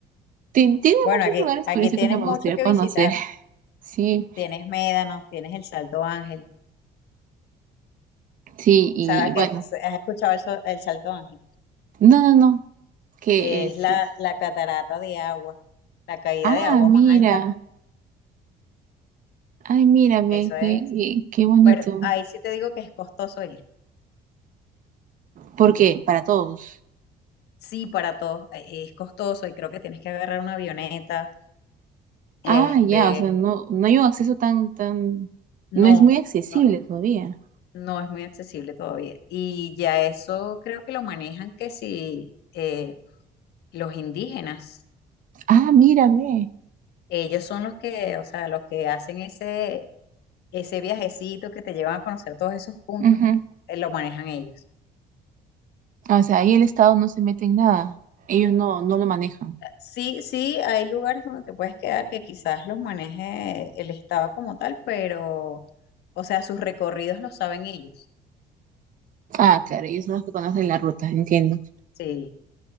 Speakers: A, on the right; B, on the left.
A: ti- tiene
B: Bueno,
A: muchos
B: aquí,
A: lugares
B: aquí
A: turísticos
B: tienes
A: que me
B: mucho
A: gustaría
B: que
A: conocer.
B: visitar.
A: <laughs> Sí,
B: Eh, Tienes Médanos, tienes el Salto Ángel.
A: sí, y
B: ¿Sabes
A: bueno.
B: que has escuchado el, so- el Salto Ángel?
A: No, no, no, que
B: Es
A: es,
B: la,
A: es-
B: la catarata de agua, la caída
A: Ah,
B: de agua
A: mira,
B: más alta.
A: ay, mira, ve,
B: Eso es.
A: qué, qué, qué bonito.
B: Pero ahí sí te digo que es costoso ir.
A: ¿Por qué? Para todos.
B: Sí, para todos eh, es costoso y creo que tienes que agarrar una avioneta. Este,
A: Ah, ya, o sea, no, no hay un acceso tan, tan,
B: no,
A: no es muy accesible
B: no,
A: todavía.
B: No es muy accesible todavía. Y ya eso creo que lo manejan que si eh, los indígenas,
A: Ah, mira, ve.
B: ellos son los que, o sea, los que hacen ese, ese viajecito que te llevan a conocer todos esos puntos,
A: Ujú.
B: eh, lo manejan ellos.
A: O sea, ahí el Estado no se mete en nada. Ellos no, no lo manejan.
B: Sí, sí, hay lugares donde te puedes quedar que quizás los maneje el Estado como tal, pero, o sea, sus recorridos los saben ellos.
A: Ah, claro, ellos son los que conocen la ruta, entiendo.
B: Sí,